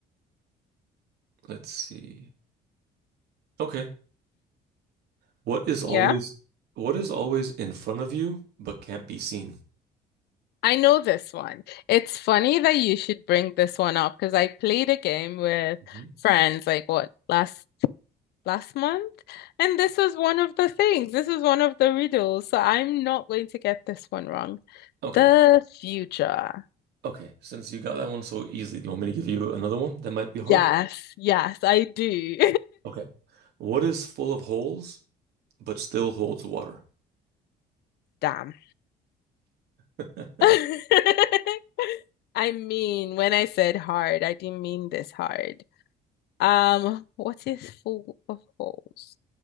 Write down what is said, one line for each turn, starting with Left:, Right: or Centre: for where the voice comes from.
Right: Let's see. Okay. What is always
Left: Yeah.
Right: what is always in front of you but can't be seen?
Left: I know this one. It's funny that you should bring this one up because I played a game with
Right: hmm
Left: friends like what last last month, and this was one of the things. This was one of the riddles, so I'm not going to get this one wrong.
Right: Okay.
Left: The future.
Right: Okay. Since you got that one so easily, do you want me to give you another one that might be hard?
Left: Yes, yes, I do.
Right: Okay. What is full of holes but still holds water?
Left: <laughs> Damn.
Right: <laughs>
Left: <laughs> I mean, when I said hard, I didn't mean this hard. Um, what is full of holes?